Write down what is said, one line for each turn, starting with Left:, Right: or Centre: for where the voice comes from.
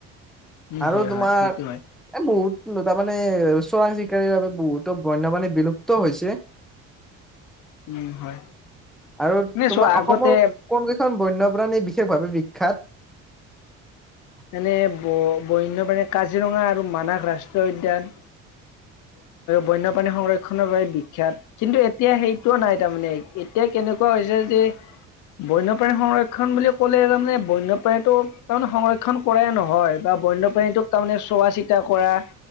Left: উম
Centre: আৰু
Left: হয়
Centre: তোমাৰ
Left: হয় সেইটো
Centre: এ
Left: হয়
Centre: বহুত তাৰমানে চুৰাং চিকাৰীৰ বাবে বহুতো বন্যপাণী বিলুপ্ত হৈছে
Left: উম হয়
Centre: আৰু তোমাৰ
Left: চোৱা আগতে
Centre: অসমৰ কোন কেইখন বন্যপ্ৰাণী বিশেষভাৱে বিখ্যাত
Left: এনে বন্য প্ৰাণী কাজিৰঙা আৰু মানাস ৰাষ্ট্ৰীয় উদ্যান বন্যপ্ৰাী সংৰক্ষণৰ বাবে বিখ্যাত কিন্তু এতিয়া সেইটো নাই তাৰমানে এতিয়া কেনেকুৱা হৈছে যে বন্যপ্ৰাণী সংৰক্ষণ বুলি ক'লে তাৰমানে বন্যপ্ৰাণীটো তাৰমানে সংৰক্ষন কৰাই নহয় বা বন্যপ্ৰাণীটো তাৰমানে চোৱা চিতা কৰা